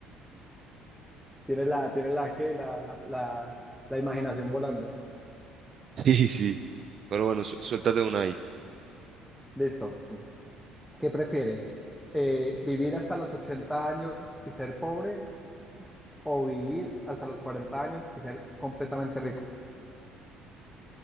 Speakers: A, in the centre; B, on the right.
A: tiene la, tiene la que, la, la, la, la imaginación volando.
B: <laughs> Sí, sí. Pero bueno, su- suéltate una ahí.
A: Listo. ¿Qué prefiere? Eh, ¿vivir hasta los 80 años y ser pobre o vivir hasta los 40 años y ser completamente rico?